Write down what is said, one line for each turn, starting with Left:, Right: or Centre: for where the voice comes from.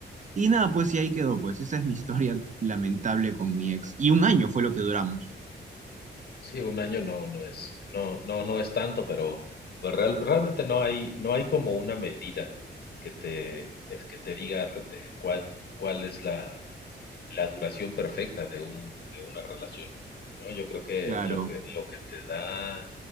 Right: y nada, pues y ahí quedó, pues esa es mi historia lamentable con mi ex. Y un año fue lo que duramos.
Left: Sí, un año no, no es, no, no, no es tanto, pero pues, real- realmente no hay, no hay como una medida que te, es que te diga re- eh, cuán- cuál es la, la duración perfecta de un, de una relación, ¿no? Yo creo que
Right: Claro.
Left: lo que, lo que te da